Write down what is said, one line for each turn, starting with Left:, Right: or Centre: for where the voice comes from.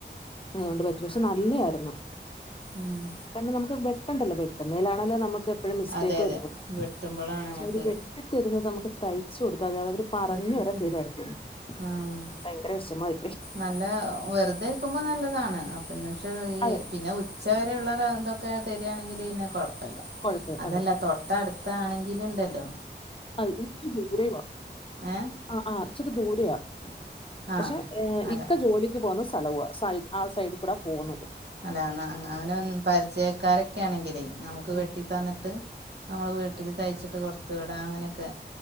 Left: അതോണ്ട് <unintelligible> നല്ലെയായിരുന്നു.
Right: ഉം.
Left: കരണം നമുക്ക് വെട്ടണ്ടല്ലൊ? വെട്ടുന്നയിലാണല്ലൊ നമു എപ്പഴും മിസ്റ്റേക്ക്
Right: അതെ
Left: വരുന്നെ
Right: അതെ വെട്ടുമ്പോഴാണ്
Left: ക്ഷെ
Right: നമുക്ക്
Left: അവര് വെട്ടിതരുന്നത്. മ്മക്ക് തയ്ചൊടുത്ത <unintelligible> പറഞ്
Right: വെട്ടിത്ത്
Left: വരെ <unintelligible>
Right: ആ
Left: ഭയങ്കരവെഷമായി
Right: നല്ല വെറുതെ ഇരിക്കുമ്പൊനല്ലതാണ്. അ പിന്നഷെ ഈ
Left: അതെ
Right: പിന്നെ ഉച്ചവരെ ഉള്ളരാന്തൊക്കെ തരാണെങ്കില് ഇന്നെ കൊഴപ്പല്ല.
Left: കൊഴപ്പ
Right: അതല്ല
Left: അതെ
Right: തൊട്ടഅടുത്താണെകി ങ്കില്ണ്ടല്ലോ?
Left: അഹ് ഇ ഇ ദൂരയുവാ
Right: ഏ
Left: ആ ആ ഇച്ചിരി ദൂരയാ.
Right: ആ
Left: പഷെ
Right: അല്ല
Left: ഇക്ക ജോലിക്ക് പോവ്ന്ന സലവൊ സൈഡ് ആ സൈഡികൂടെ പോവുന്നത്.
Right: അല്ല ന്ന അങ്ങനെ പരിചയക്കാരൊക്കെ ആണെങ്കിലേ നമുക്ക്
Left: ഉം
Right: വെട്ടി തന്നിട്ട്. നമ്മള് വീട്ടില്തയ്ച്ചിട്ട് കൊടുത്ത് വിടാം. അങ്ങനെയൊക്കെ